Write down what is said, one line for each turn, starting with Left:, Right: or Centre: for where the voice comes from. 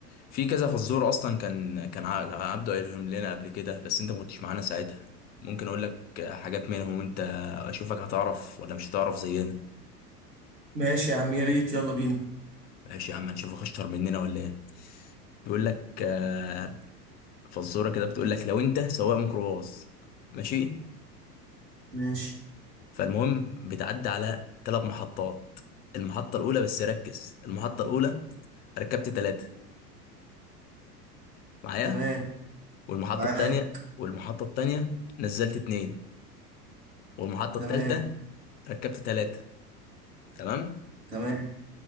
Left: في كذا فزورة اصلا كان كان ع- عبده قايلهم لنا قبل كده بس انت ما كنتش معانا ساعتها ممكن اقول لك آه، حاجات منهم وانت اشوفك هتعرف ولا مش هتعرف زينا
Right: ماشي يا عم يا ريت يلا بينا
Left: ماشي يا عم نشوفك اشطر مننا ولا ايه بيقول لك آه، فزوره كده بتقول لك لو انت سواق ميكروباص ماشي
Right: ماشي
Left: فالمهم بتعدي على ثلاث محطات المحطه الاولى بس ركز المحطه الاولى ركبت ثلاثه معايا
Right: تمام
Left: والمحطه
Right: معاك
Left: الثانيه والمحطه الثانيه نزلت اتنين والمحطه
Right: تمام
Left: الثالثه ركبت ثلاثه تمام
Right: تمام